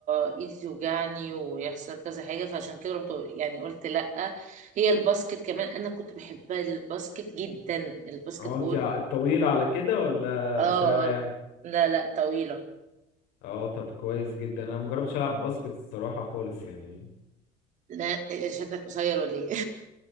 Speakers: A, on the right; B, on the left.
A: ايدي توجعني ويحصل كذا حاجة فعشان كده رحت يعني قلت لا هي الباسكت كمان انا كنت بحبها الباسكت جدا الباسكت
B: اه
A: بول
B: انت ع- طويلة على كده ولا
A: اه
B: قصيرة يعني
A: اه لا لا طويلة
B: اه طب كويس جدا انا مجربتش العب باسكت الصراحة خالص يعني
A: لا إيه، شكلك قصير ولا ايه